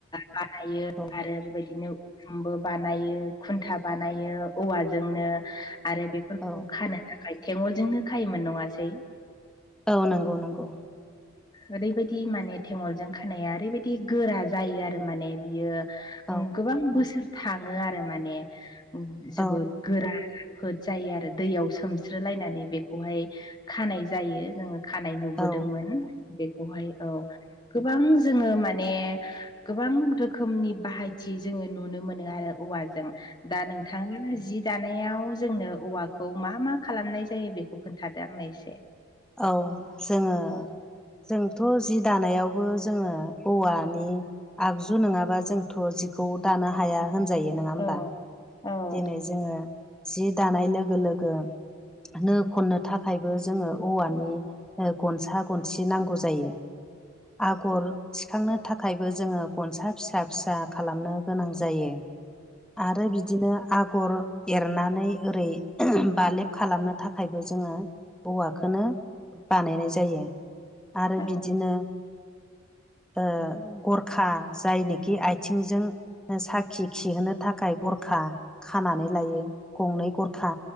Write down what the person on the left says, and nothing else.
बानायो
आरो बेबायदिनो उखमबो बानायो खुन्था बानायो औवाजोंनो आरो बेफोरखौ
खानो थाखाय थेंगलजोंनो खायोमोन नङासै
ओरैबायदि माने थेंगलजों खानाया ओरैबायदि गोरा जायो आरो माने बियो
गोबां बोसोर थाङो आरो माने जोबोद
गोरा राफोद जायो आरो दैयाव सोमस्र लायनानै बेखौहाय खानाय जायो जोङो खानाय नुबोदोंमोन
बेखौहाय औ गोबां जोङो माने गोबां रोखोमनि बाहायथि जोङो नुनो मोनो आरो औवाजों दा नोंथाङा जि जानायाव जोंनो औवाखौ मा मा खालामनाय जायो बेखौ खोन्थादो आंनो एसे
औ
औ औ
औ-औ-औ-औ-औ-औ-औ-औ